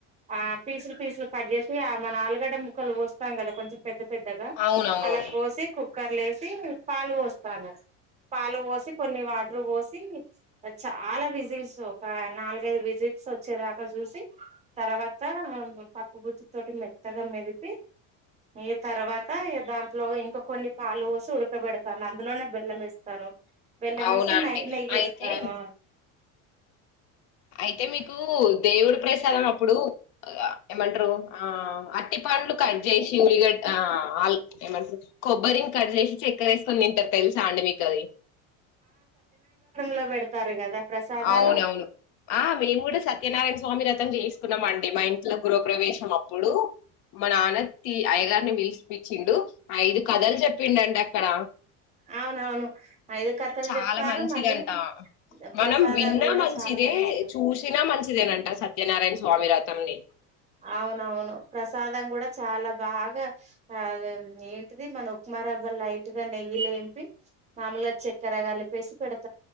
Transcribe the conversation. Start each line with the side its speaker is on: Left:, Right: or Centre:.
Right: ఆ పీసుల్ పీసుల్ కట్ జేసి అ మన ఆలుగడ్డ ముక్కలు వొస్తాం కదా కొంచెం పెద్ద పెద్దగా
Left: అవునవును.
Right: అలా కోసి కు క్కర్ లేసి పాలు పోస్తాను. పాలు పోసి కొన్ని వాటర్ పోసి చాలా విజిల్స్ ఒక నాలుగైదు విజిల్స్ వచ్చేదాకా జుసి, తర్వాత పప్పు గుత్తి తోటి మెత్తగా మెదిపి, ఈ తర్వాత ఇ దాంట్లో ఇంకొ కొన్ని పాలు వోసి ఉడకబెడతానందులోనే బెల్లంమేస్ తను బెల్లమేసి
Left: అవునా అండి.
Right: నైయ్ నెయ్యేస్తాను.
Left: అయితే అయితే మీకు దేవుడు ప్రసాదం అప్పుడు ఆ ఏమంట్రరు ఆ అట్టి పండ్లు కట్ జేసి, ఉల్లిగడ్డా ఆల్ ఏమంట్రు కొబ్బరిన్ కట్ జేసి చక్కెర ఏసుక్కొని తింటరు తెల్సా అండి మీకది.
Right: లో వెడతారు కదా. ప్రసాదాలు
Left: అవునవును ఆ మేము కూడా సత్యనారాయణ స్వామి రతం జేస్ కున్నమండి మా ఇంట్లో గృహప్రవేశం అప్పుడు మా నాన్న తీ అయ్యగారిని పిలిపిచ్చిండు ఐదు కథలు చెప్పిండంట అక్కడ
Right: అవునవును ఐదు కథలు
Left: చాలా
Right: చెప్తారు
Left: మంచిదంట
Right: మళ్ళీ
Left: మనం
Right: ప్రసాదం
Left: విన్నా
Right: కూడా
Left: మంచిదే
Right: చాలా బాగా ఇస్తారు
Left: చూసినా మంచిదేనంట అ సత్యనారాయణ స్వామి రథంని
Right: అవునవును ప్రసాదం కూడా చాలా బాగా ఆ ఏంటిది మన ఉక్మ రవ్వ లైట్ గా నెయ్యి లేేంపి మామూలుగ చక్కెర కలిపేసి పెడత